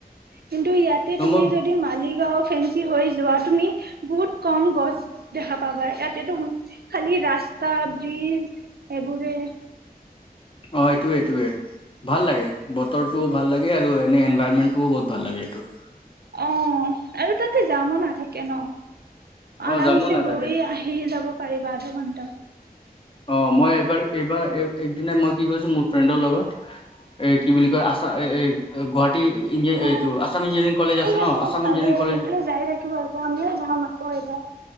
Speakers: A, on the right (about 75°); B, on the left (about 35°).
A: কিন্ত ইয়াত তে
B: ন
A: তুমি
B: মই
A: যদি মালিক গাও ফেঞ্চি হৈ যোৱা তুমি বহুত কম গছ দেখা পাবা ইয়াতে তুমি খালি ৰাস্তা ব্ৰিজ এইবোৰে
B: অঁ এইটোৱে এইটোৱে ভাল লাগে বতৰ ভাল লাগে আৰু এনে এনভাৰৰমেটটোও বহুত ভাল লাগে এইটো
A: অঁ আৰু তাতে যাম নাথাকে ন
B: অ
A: আৰামছে
B: যামো না
A: গৈ
B: তাকে
A: আহি যাব পাৰিবা আধা ঘণ্টাত
B: অঁ মই এইবাৰ এইবাৰ একদনা মই কি কৰিছো মোৰ ফ্ৰেণ্ডৰ লগত এ কি বুলি কয় আছা এ গুৱাহাটী ইঞ্জি এইটো
A: অঁ
B: আছাম ইঞ্জিনিয়াৰিং কলেজ
A: ঠিক
B: ন
A: আছে
B: আছাম
A: ভালে
B: ইঞ্জিনিয়াৰিং কলেজ
A: সেইটো যাই থাকিব আকৌ আমিও যাম আকৌ এবাৰ